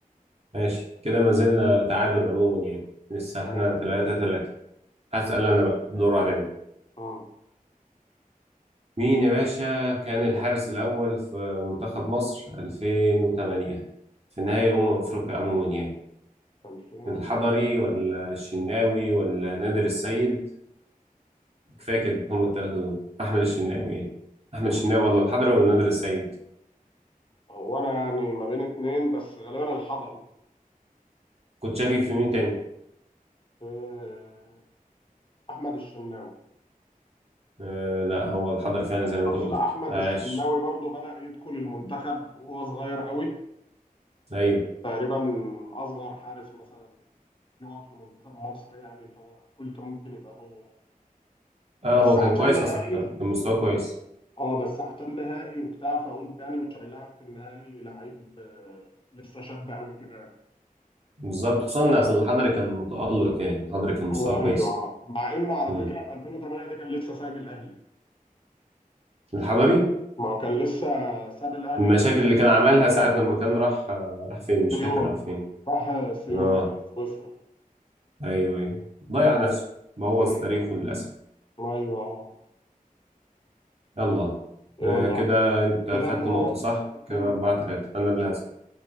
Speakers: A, on the right (about 45°); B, on the left (about 35°).
A: ماشي كده ما زلنا تعادل عموما يعني لسه
B: تمام
A: احنا تلاتة تلاتة هسأل انا بقى الدور عليا
B: اه
A: مين يا باشا كان الحارس الأول في منتخب مصر 2008 في نهائي أمم أفريقيا عموما يعني
B: 2000
A: الحضري ولا الشناوي ولا نادر السيد كفاية كده هم التلاتة دول أحمد الشناوي يعني أحمد
B: آه.
A: الشناوي ولا الحضري ولا نادر السيد
B: هو انا يعني ما بين اتنين بس غالبا الحضري
A: كنت شاكك في مين تاني
B: آه، احمد الشناوي
A: آه لا هو الحضر فعلا زي ما انت
B: اصل
A: قلت
B: احمد
A: عاش
B: الشناوي برضو بدأ يدخل المنتخب وهو صغير قوي
A: ايوه
B: تقريبا اصغر حارس مثلا يقف لمنتخب مصر يعني فقلت ممكن يبقى هو يعني.
A: اه
B: بس
A: هو
B: عشان
A: كان كويس
B: نهائي
A: اصلا كان كان مستواه كويس
B: اه بس عشان نهائي وبتاع فقلت يعني مش هيلاعب في النهائي لعيب آه، لسه شاب قوي كده يعني
A: بالظبط خصوصا إن اصل الحضري كان متألق يعني الحضري كان مستواه
B: هو
A: كويس
B: ايوه مع انه على
A: مم.
B: فكره في 2008 ده كان لسه سايب الاهلي
A: الحضري
B: ما هو كان لسه ساب الاهلي
A: المشاكل
B: في موسم
A: اللي كان عملها ساعة لما كان راح آه راح فين مش
B: سيون
A: فاكر راح فين
B: راح سيون
A: اه
B: في سويسرا
A: ايوه ايوه ضيع نفسه بوظ
B: مم.
A: تاريخه للأسف
B: ايوه اه
A: يلا
B: يلا
A: آه كده انت خدت
B: كده انت اللي
A: نقطة صح كده
B: كام
A: أربعة تلاتة أنا اللي هسأل